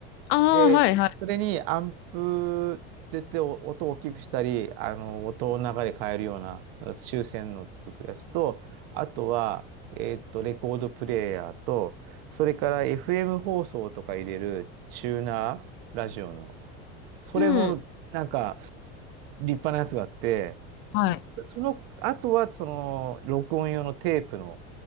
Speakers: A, on the left; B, on the right.
A: ああ、
B: で、
A: はいはい。
B: それにアンプって言ってお音を大きくしたり、あの、音を流れ変えるような修正のつくやつと、あとは、えっと、レコードプレイヤーと、それから FM 放送とか入れるチューナー、ラジオの。それも、
A: うん。
B: なんか、立派なやつがあって、
A: はい。
B: そその、あとは、その、録音用のテープの、